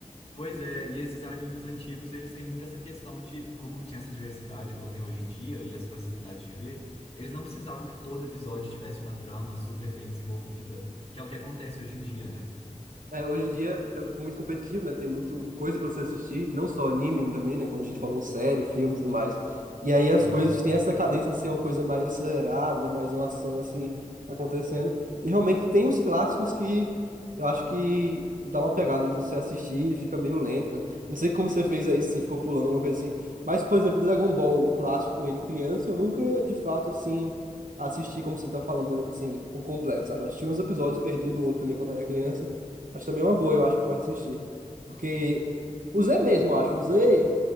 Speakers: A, on the left; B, on the right.
A: Pois é, e esses animes antigos, eles têm muito essa questão de, como não tinha essa diversidade igual tem hoje em dia e essa facilidade de ver, eles não precisavam que todo episódio tivesse uma trama super bem desenvolvida, que é o que acontece hoje em dia, né?
B: É, hoje em dia é muito competitivo, né? Tem muito coisa pra você assistir, não só anime também, né? Quando a gente falou série, filme e tudo mais. E aí
A: Sim.
B: as coisas têm essa cadência de ser uma coisa mais acelerada, né? Mais uma ação assim acontecendo. E realmente tem os clássicos que eu acho que dá uma pegada você assistir e fica meio lento, né? Não sei como você fez aí, se você ficou pulando alguma coisa assim. Mas, por exemplo, Dragon Ball clássico com ele criança, eu nunca de fato assim assisti como você tá falando assim por completo, sabe? Eu assisti uns episódios perdidos, outro também quando eu era criança. Mas também é uma boa, eu acho que tu vai assistir. Porque o Z mesmo, eu acho. O Z,